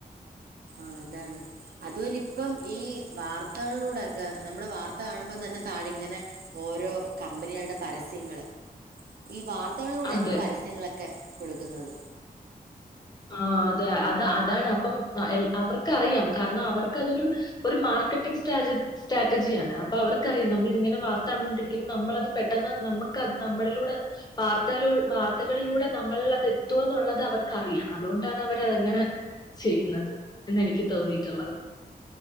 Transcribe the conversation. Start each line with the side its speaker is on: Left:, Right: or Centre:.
Right: ആഅതാണ് അതുപോലെ ഇപ്പം ഈ വാർത്തകളിലൂടെൊക്കെ നമ്മെ വാർത്ത കാണുമ്പോം തന്നെ താഴെ ഇങ്ങനെ ഓരോ കമ്പനികളുടെ പരസ്യങ്ങള് ഈ വാർത്തകളിലൂടെ
Left: അതെ
Right: ഇപ്പൊ പരസ്യങ്ങളൊക്കെ കൊടുക്കുന്നത്
Left: ആ അതെ അത അതാണ് അപ്പം അവർക്കറിയാം കാരണം അവർക്കതൊരു ഒരു മാർക്കറ്റിംഗ് സ്റ്റേജ് സ്ട്രാറ്റജിയാണ് അപ്പൊ അവർക്കറിയാം നമ്മള ഇങ്ങനെ വാർത്ത കണ്ടുകൊണ്ടിരിക്കുമ്പോൾ നമ്മളത് പെട്ടെന്ന് നമ്മുക്ക്ത് നമ്മളിലൂടെ വാർത്തക വാർത്തകളിലൂടെ നമ്മൾ അത്എത്തും എന്നുള്ളത് അവർക്ക്റിയാം അതുകൊണ്ടാണ് അവരതെങ്ങനെ ചെയ്യുന്നത് എന്ന് എനിക്ക് തോന്നിയിട്ടുള്ളത്